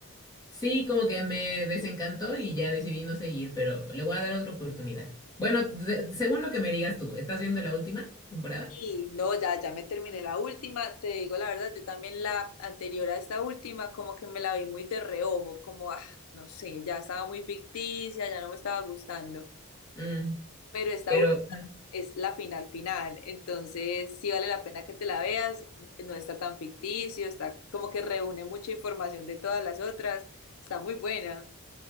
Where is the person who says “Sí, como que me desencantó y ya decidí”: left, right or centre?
Left